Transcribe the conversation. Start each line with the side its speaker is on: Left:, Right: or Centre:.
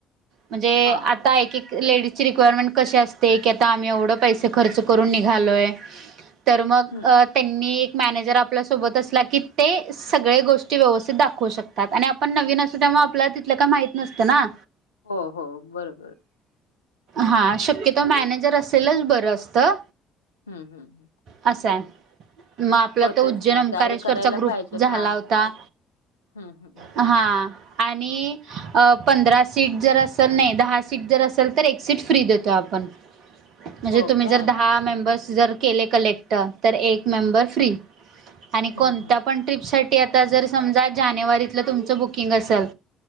Right: म्हणजे
Left: हा
Right: आता एक- एक लेडीज ची रिक्वायरमेंट कशी असते की आता आम्ही एवढं पैसे खर्च करून निघालोय. तर मग,
Left: हम्म
Right: त्यांनी एक मॅनेजर आपल्या सोबत असला की ते सगळे गोष्टी व्यवस्थित दाखवू शकतात आणि आपण नवीन असतो त्यामुळे आपल्याला तिथलं काय माहित नसतं ना.
Left: हो, हो. बरोबर.
Right: हा, शक्यतो मॅनेजर असेलच बरं असतं.
Left: हम् हम्म हम
Right: असं हाय, मग आपला तर
Left: तेच
Right: उज्जैन
Left: ना
Right: ओकारेश्वरचा
Left: गाईड करायला
Right: ग्रुप
Left: पाहिजे
Right: झाला
Left: ना
Right: होता.
Left: हम्म हम्म
Right: हा आणि पंधरा सीट जर असल, नाही दहा सीट जर असेल तर एक सीट फ्री देतो आपण.
Left: <unintelligible>
Right: म्हणजे तुम्ही
Left: काय
Right: जर दहा मेंबर्स जर केले कलेक्ट तर एक मेंबर
Left: हम्म
Right: फ्री आणि
Left: हम्म
Right: कोणता
Left: हम्म
Right: पण ट्रिप साठी आता जर समजा जानेवारीतलं तुमचं बुकिंग असल